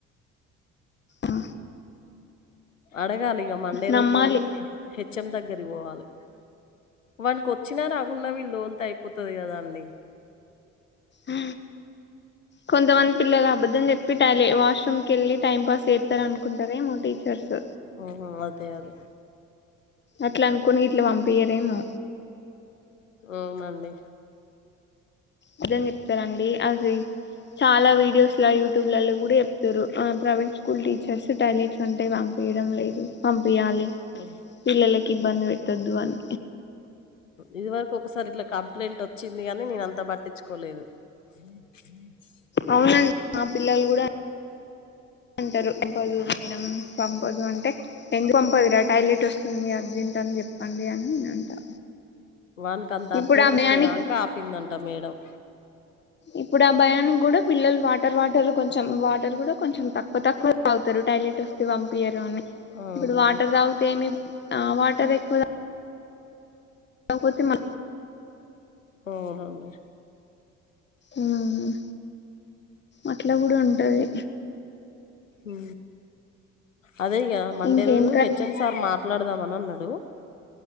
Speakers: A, on the left (about 30°); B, on the left (about 85°).
A: ఆ
B: అడగాలి ఇగ మండే
A: నమ్మాలి
B: రోజు పోయి హెచ్ఎం దగ్గరికి పోవాలి వాకి వచ్చినా రాకుండా వీళ్ళు తోలుతే అయిపోతుంది కదా అండి
A: ఉ కొంతమంది పిల్లలు అబద్ద్దంని చెప్పి టాయి వాష్రూమ్ కెల్లి టైం పాస్ చేస్తారు అనుకుంటారే మా టీచర్స్
B: ఉహు అదే అదే
A: అట్లానుకుని ఇట్లా పంపియారేమో
B: అవునండి
A: నిజం చెప్తారండి అది చాలా వీడియోస్ లో యూట్యూబ్లలో కూడా చెప్తారు ప్రైవేట్ స్కూల్ టీచర్స్ టాయిలెట్స్ ఉంటాయి వాం పంపియడం లేదు పంపియాలి
B: హ్మ్.
A: పిల్లలకి ఇబ్బంది పెట్టొద్దు అని
B: ఇది వరకు ఒకసారి ఇట్లా కంప్లైంట్ వచ్చింది గానీ నేన అంత పట్టించుకోలేదు ఉ హు
A: అవునండి మా పిల్లలు కూడా అంటారు పంపదు మేడం పంపదు అంటే ఎందుకు పంపదురా టైలెట్ వస్తుంది అర్జెంట్ అని చెప్పండి అని నేను అంటా
B: వాకి అంత
A: ఇప్పుడు
B: అర్జెంట్
A: ఆ భయానికి
B: వచ్చేద కా ఆపిందంట మేడం
A: ఇప్పుడు ఆ భయానికి కూడా పిల్లలు వాటి వార్ వాటర్ కొంచెం వాటర్ కూడా కొంచెం తక్కువ తక్కువ అవుతారు టాయిలెట్ వస్తే పంపియారు అని
B: అవునవును
A: ఇప్పుడు వాటర్ తాగితేమి ఆ వాటర్ ఎక్కువ తాగకపోతే మ
B: అవునండి
A: ఆ అట్లా కూడా ఉంటది
B: ఆ అదే ఇగ మండే
A: ఇంకేం
B: రోజు
A: కర్రీ
B: హెచ్ఎం సార్ మాట్లాడదాం అని అన్నాడు